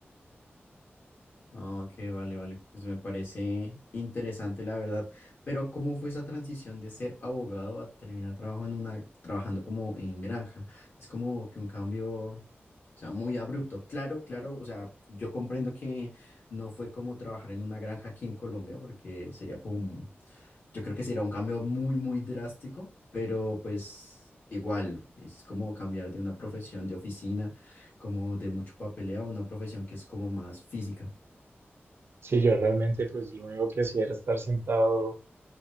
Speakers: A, on the left (about 55°); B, on the right (about 65°).
A: Ah, Ok, vale, vale. Pues me parece interesante, la verdad. Pero ¿cómo fue esa transición de ser abogado a terminar trabajo en una, trabajando como en granja? Es como que un cambio, o sea, muy abrupto. Claro, claro. O sea, yo comprendo que no fue como trabajar en una granja aquí en Colombia, porque sería como, yo creo que sería un cambio muy, muy drástico, pero pues igual, es como cambiar de una profesión de oficina, como de mucho papeleo, a una profesión que es como más física.
B: Sí, yo realmente pues lo único que hacía era estar sentado